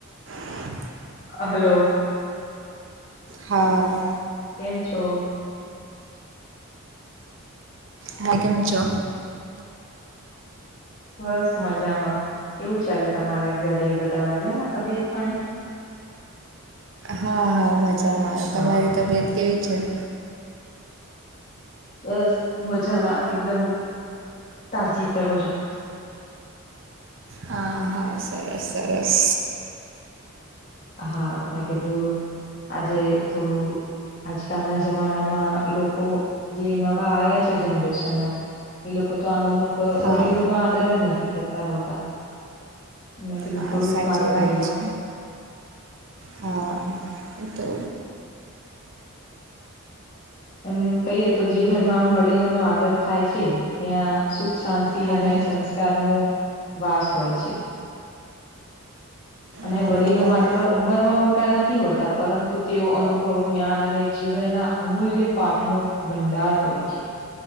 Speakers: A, on the right (about 55°); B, on the left (about 35°).
A: તો-
B: હલો.
A: હા
B: કેમ છો?
A: હ, કેમ છો?
B: બસ, મજામાં. કેવું ચાલે તમારે? ઘરે બધા મજામાં તબિયત પાણી?
A: હા હા મજામાં.
B: હા
A: તમારી તબિયત કેવી છે?
B: બસ મજામાં, એકદમ તાજી તરોજા.
A: હા હા, સરસ સરસ.
B: હા, મે કીધું આજે થોડું- આજકાલના જમાનામાં લોકો જે નવા આવ્યા છે. જનરેશનના એ લોકો તો આમ અમુક
A: હા
B: વડીલોનો આદર જ નથી કરતા હોતા. તમે કીધું
A: હા
B: થોડું
A: સાચી
B: વાત કરી લો.
A: છે હા, એ તો
B: એમ કહીએ તો જે ઘરમાં આમ વડીલોનો આદર થાય છે, ત્યાં સુખ શાંતિ
A: હા
B: અને સંસ્કારનો વાસ હોય છે. અને
A: હા
B: વડીલો
A: એ તો તમે
B: માત્ર ઉંમરમાં મોટા નથી હોતા. પરંતુ તેઓ અનુભવ જ્ઞાન અને જીવનના અમૂલ્ય પાઠનો ભંડાર હોય છે.